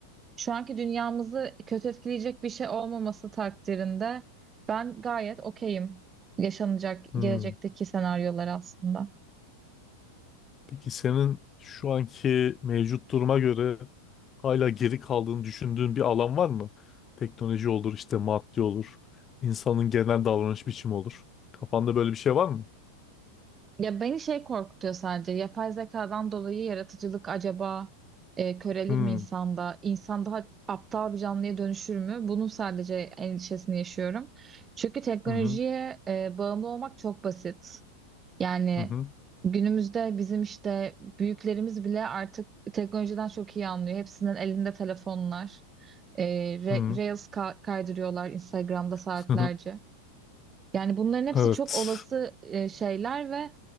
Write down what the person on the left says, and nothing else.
hmm.
Peki senin şu anki mevcut duruma göre hala geri kaldığını düşündüğün bir alan var mı? Teknoloji olur, işte maddi olur, insanın genel davranış biçimi olur. Kafanda böyle bir şey var mı?
Hmm,
hı hı,
hı hı,
hı
hı.
<laughs> Evet.